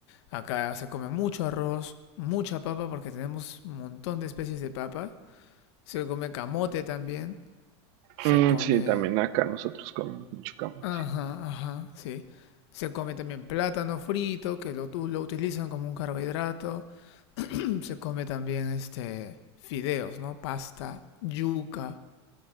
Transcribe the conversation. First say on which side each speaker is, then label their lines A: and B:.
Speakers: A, on the left; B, on the right.
A: Acá se come mucho arroz, mucha papa porque tenemos un montón de especies de papa. Se come camote también. Se
B: Mm,
A: come
B: sí, también acá nosotros comemos mucho camote.
A: Ajá, ajá, sí. Se come también plátano frito, que lo, tu- lo utilizan como un carbohidrato. <clears throat> Se come también este fideos, ¿no? Pasta, yuca.